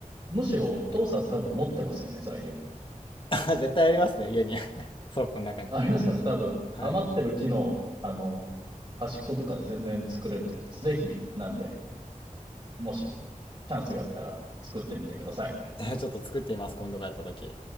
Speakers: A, on the right; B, on the left.
A: むしろお父さん多分持ってますよね、材料。
B: <laughs> あ絶対ありますね、家に。<laughs> 倉庫の中に。
A: ありますよね。多分、
B: はい。
A: 余ってる木の、あの、端っことかで全然作れると思う。ぜひ、なんで、もしチャンスがあったら作ってみてください。
B: <laughs> えーちょっと作ってみます、今度帰った時。